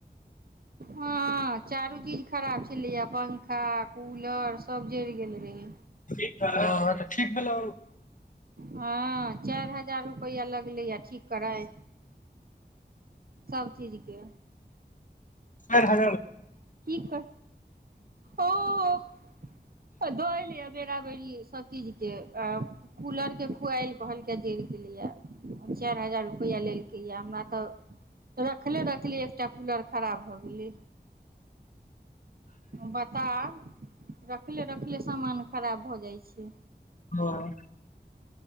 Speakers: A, on the right (about 55°); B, on the left (about 45°).
A: हँ चारू चीज खराब छलैएा पंखा कूलर सब जरि गेल रहै
B: ह तऽ ठीक भेल
A: हँ चारि हजार रुप कोइ अलग ल य ठीक करए सभचीजके
B: सर ह
A: की कर ओ दोल बेराबरी सब चीज के आ कूलर के कोुइल कहलके जरि गेलैया चारि हजार रुपआ लेलक हमरा तऽ रखले रखली एकटा कूलर खराब भऽ गेली बता रखले रखले सामान खराब भऽ जाइ छै
B: हँ